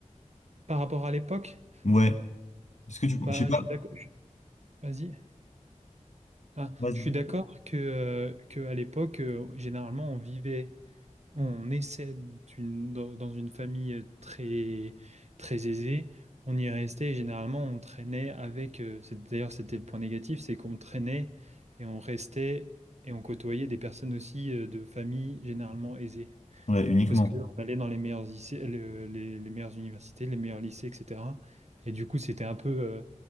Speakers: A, on the right; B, on the left.
A: par rapport à l'époque,
B: Ouais. Est-ce que tu,
A: bah,
B: je sais pas.
A: je suis d'accord. je suis- Vas-y. Ah,
B: Vas-y.
A: je suis d'accord que, euh, que à l'époque, euh, généralement, on vivait On essaie d'une- dans dans une famille euh, très, très aisée. On y restait et généralement on traînait avec. euh, c'est- D'ailleurs, c'était le point négatif, c'est qu'on traînait et on restait et on côtoyait des personnes aussi euh, de familles généralement aisées.
B: Ouais, uniquement.
A: Parce qu'on allait dans les meilleurs lycées, le- les, les meilleures universités, les meilleurs lycées, etc. Et du coup, c'était un peu. euh,